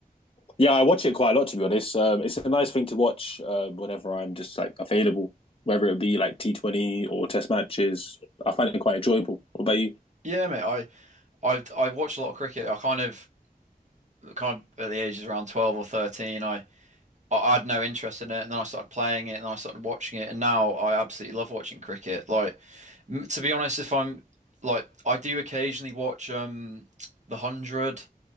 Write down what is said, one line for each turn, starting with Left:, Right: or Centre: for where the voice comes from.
Left: Yeah, I watch it quite a lot to be honest. Um, it's a nice thing to watch um, whenever I'm just like available, whether it be like T20 or test matches. I find it quite enjoyable. What about you?
Right: Yeah, mate, I I I watch a lot of cricket. I kind of kind of at the ages around 12 or 13, I I had no interest in it and then I started playing it and then I started watching it and now I absolutely love watching cricket. Like m- to be honest, if I'm like I do occasionally watch um the 100